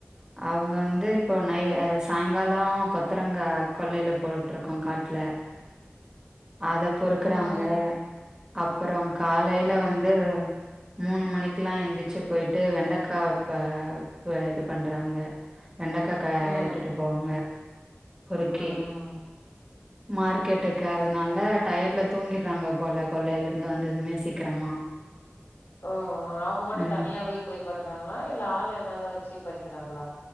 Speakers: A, on the right (about 20°); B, on the left (about 85°).
A: ஆஹ் அவங்க வந்து இப்போ நை சாயங்காலோ கொத்தரங்க கொல்லையில போட்டுருக்கோ காட்ல அத பொறுக்குறாங்க
B: ம்
A: அப்பறோ காலையில
B: ம்
A: வந்து மூணு மணிக்கெல்லா எந்திச்சு போயிட்டு வெண்டக்கா ப ப இது பண்றாங்க வெண்டக்கா கா
B: ம் ம்
A: எடுத்துட்டு போவாங்க பொறுக்கி
B: ம்
A: மார்க்கெட்டுக்கு அதனால டயர்ல தூங்கிடுறாங்க போல கொள்ளையில இருந்து வந்ததுமே சீக்கிரமா
B: ஓ அவுங்க மட்டும்
A: ம்.
B: தனியாவே போய் பண்றாங்களா இல்ல ஆளு ஏதாவது வச்சு பறிக்கிறாங்களா